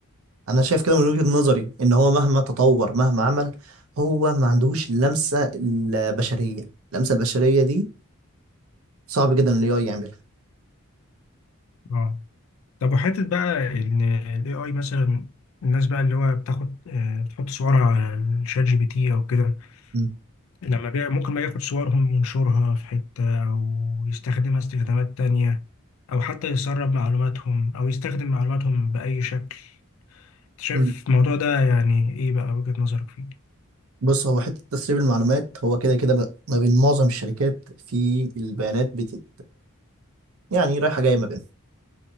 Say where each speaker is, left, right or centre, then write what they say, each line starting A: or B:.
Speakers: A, on the right; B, on the left.
A: أنا شايف كده من وجهة نظري إن هو مهما تطور مهما عمل هو ما عندهوش اللمسة البشرية اللمسة البشرية دي صعب جدا ال AI يعملها
B: اه طب وحته بقى ان الاي اي مثلا الناس بقى اللي هو بتاخد آه بتحط صورها على الشات جي بي تي او كده
A: مم.
B: لما بقى ممكن بقى ياخد صورهم ينشرها في حته او يستخدمها استخدامات تانية او حتى يسرب معلوماتهم او يستخدم معلوماتهم باي شكل شايف
A: مم.
B: الموضوع ده يعني ايه بقى وجهة نظرك فيه
A: بص هو حتة تسريب المعلومات هو كده كده ب- ما بين معظم الشركات في البيانات بتت يعني رايحة جاية ما بينهم